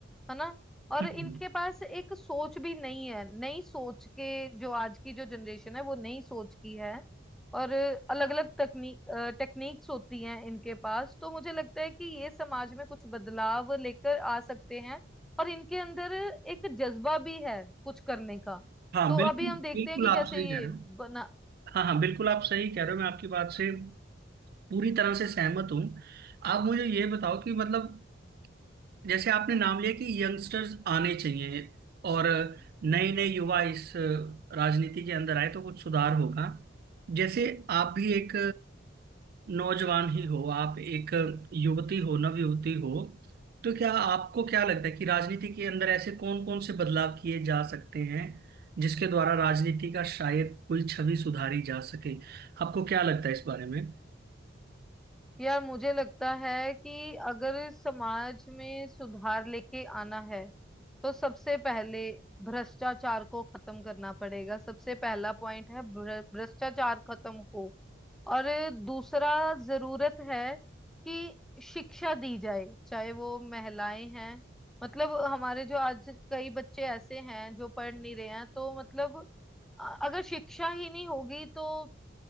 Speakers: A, in the centre; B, on the right (about 50°).
A: है ना और
B: हम्म,
A: इनके
B: हम्म।
A: पास एक सोच भी नहीं है नई सोच के जो आज की जो जनरेशन है वो नई सोच की है और अलग अलग तकनीक टेक्निक्स होती हैं इनके पास तो मुझे लगता है कि ये समाज में कुछ बदलाव लेकर आ सकते हैं और इनके अंदर एक जज्बा भी है कुछ करने का
B: हाँ
A: तो
B: बिल्कुल
A: अभी हम देखते
B: बिल्कुल
A: हैं कि
B: आप
A: जैसे
B: सही कह
A: ये
B: रहे हो
A: बना
B: हाँ हाँ बिल्कुल आप सही कह रहे हो मैं आपकी बात से पूरी तरह से सहमत हूँ आप मुझे ये बताओ कि मतलब जैसे आपने नाम लिया कि यंगस्टर्स आने चाहिए और नए नए युवा इस राजनीति के अंदर आए तो कुछ सुधार होगा जैसे आप भी एक नौजवान ही हो आप एक युवती हो नव युवती हो तो क्या आपको क्या लगता है कि राजनीति के अंदर ऐसे कौन कौन से बदलाव किए जा सकते हैं जिसके द्वारा राजनीति का शायद कोई छवि सुधारी जा सके आपको क्या लगता है इस बारे में
A: यार मुझे लगता है कि अगर समाज में सुधार लेके आना है तो सबसे पहले भ्रष्टाचार को खत्म करना पड़ेगा सबसे पहला पॉइंट है भ्र- भ्रष्टाचार खत्म हो और दूसरा जरूरत है कि शिक्षा दी जाए चाहे वो महिलाएं हैं मतलब हमारे जो आज कई बच्चे ऐसे हैं जो पढ़ नहीं रहे हैं तो मतलब अ- अगर शिक्षा ही नहीं होगी तो